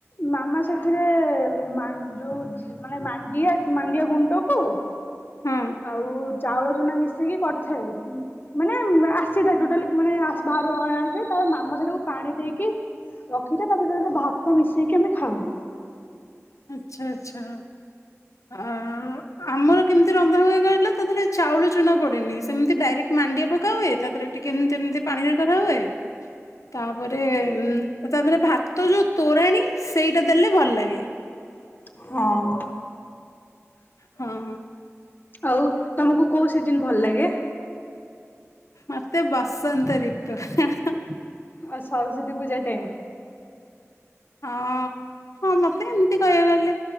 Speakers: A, on the left (about 40°); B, on the left (about 80°).
A: ମାମା ସେଥିରେ ମାନ୍ ଯୋଉ ଯି ମାନେ ମାଣ୍ଡିଆ ମାଣ୍ଡିଆ ଗୁଣ୍ଡକୁ
B: ହଁ।
A: ଆଉ ଚାଉଳ ଚୁନା ମିଶେଇକି କରିଥାଏ ଉଁ। ମାନେ ବା ଆସିଥାଏ ଟୋଟାଲ କି ମାନେ ଆସ୍ ବାହାରୁ ଅଣାହେଇଥାଏ। ତା ପରେ ମାମା ସେଇଟାକୁ ପାଣି ଦେଇକି ରଖିଥାଏ ତା ପରେ <unintelligible> ଭାତ ମିଶେଇକି ଆମେ ଖାଉ।
B: ଆଚ୍ଛା ଆଚ୍ଛା ଆ ଆମର କେମ୍ ତି ରନ୍ଧା ହୁଏ କହିଲ ତା ଦେହରେ ଚାଉଳ ଚୁନା ପଡେନି। ସେମିତି ଡାଇରେକ୍ଟ ମାଣ୍ଡିଆ ପକା ହୁଏ ତା ଦେହରେ ଟିକେ ଏମିତି ଏମିତି ପାଣିରେ କରା ହୁଏ। ତା ପରେ ଉଁ ତା ଦେହରେ ଭାତ ଯୋଉ ତୋରାଣୀ ସେଇଟା ଦେଲେ ଭଲ ଲାଗେ।
A: ହଁ।
B: ହଁ।
A: ଆଉ ତମୁକୁ କୋଉ ସିଜିନ ଭଲ ଲାଗେ?
B: ମତେ ବସନ୍ତ ଋତୁ ହାଁ ହାଁ।
A: ଓ ସରସ୍ଵତୀ ପୂଜା ଟାଇମ୍?
B: ହଁ ହଁ ମତେ ଏମିତି କହିବାକୁ ଗଲେ